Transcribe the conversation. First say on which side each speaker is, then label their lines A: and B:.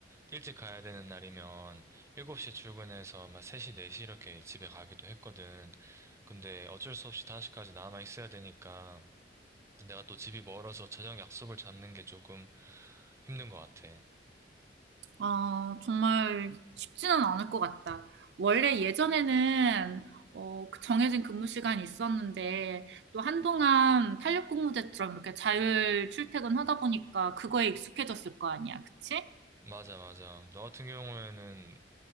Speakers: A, on the right (about 15°); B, on the right (about 65°).
A: 일찍 가야 되는 날이면 7시에 출근해서 막 3시, 4시 이렇게 집에 가기도 했거든. 근데 어쩔 수 없이 5시까지 남아있어야 되니까 내가 또 집이 멀어서 저녁 약속을 잡는 게 조금 힘든 것 같아.
B: 아, 정말 쉽지는 않을 것 같다. 원래 예전에는 어, 그 정해진 근무 시간이 있었는데 또 한동안 탄력 근무제처럼 이렇게 자율 출퇴근 하다 보니까 그거에 익숙해졌을 거 아니야, 그치?
A: 맞아, 맞아. 너 같은 경우에는